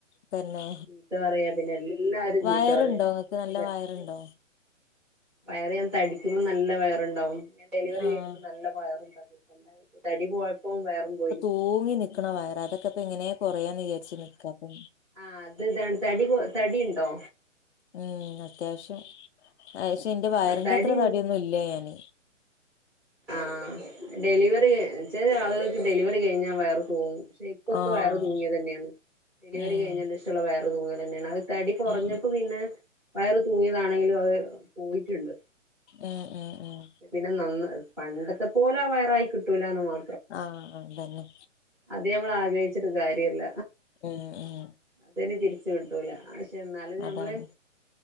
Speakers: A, on the left (about 60°); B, in the centre.
A: തന്നെ
B: ചീത്ത പറയാ പിന്നെ എല്ലരും
A: വയറുണ്ടോ
B: ചീത്ത പറയാ
A: ഇങ്ങക്ക്
B: തടി
A: നല്ല
B: പറ്റ
A: വയറുണ്ടോ
B: വയറ് ഞാൻ തടിക്കുമ്പോൾ നല്ല വയറുണ്ടാവും ഡെലിവറി
A: ആഹ്
B: കഴിഞ്ഞ നല്ല വയറും തടി തടി പോഴപ്പം വയറും പോയി
A: പൂങ്ങി നിക്കണ വയറ അതൊക്കെപ്പ എങ്ങനെ കുറയാന്ന് വിചാരിച്ചു നിക്കാപ്പ
B: ആഹ് അത് ഇതാണ് തടി തടി ഉണ്ടോ
A: ഉം അത്യാവശ്യം അക്ഷെ എന്റെ വയറിന്റെ
B: തടി
A: അത്ര തടിയൊന്നും ഇല്ല ഞാന്
B: ആഹ് ഡെലിവറി ചെറിയ ആളുകൾക്ക് ഡെലിവറി കഴിഞ്ഞാൽ വേറെ പോവും പ ഇപ്പൊക്ക
A: ആഹ്
B: വയർ തൂങ്ങിയ തന്നെയാണ് ഡെലിവറി
A: ഉം
B: കഴിഞ്ഞന്സേഷള്ള വയർ തൂങ്ങില തന്നെയാണ് അത് തടി കുറഞ്ഞപ്പോ
A: ഉം
B: പിന്നെ വയറ് തൂങ്ങിയതാണെങ്കിലും അത് പോയിട്ടുണ്ട്
A: അഹ് അഹ് അഹ്
B: പിന്നെ നന്ന പണ്ടത്തെ പോലെ വയറായി കിട്ടൂലന്ന് മാ
A: ആഹ് അതന്നെ
B: അത് ഞമ്മള് ആഗ്രഹിച്ചിട്ട് കാര്യല്ല
A: ഉം ഉം
B: അതനി തിരിച്ച കിട്ടൂല പക്ഷെ എന്നാലും ഞമ്മള്
A: അതാണ്